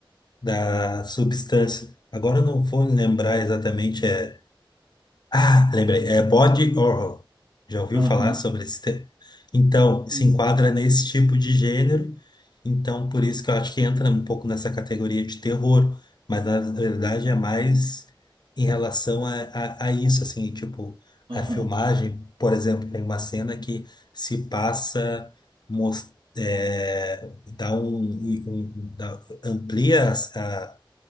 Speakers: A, on the left; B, on the right.
A: da substância. Agora eu não vou lembrar exatamente. É... Ah, lembrei. É body horror. Já ouviu
B: Aham.
A: falar sobre esse tema? Então, se
B: Hum.
A: enquadra nesse tipo de gênero. Então, por isso que eu acho que entra um pouco nessa categoria de terror. Mas, na verdade, é mais em relação a, a, a isso, assim. Tipo,
B: Aham.
A: a filmagem, por exemplo, tem uma cena que se passa... mos- é, dá um, um- um- dá- amplia as- a,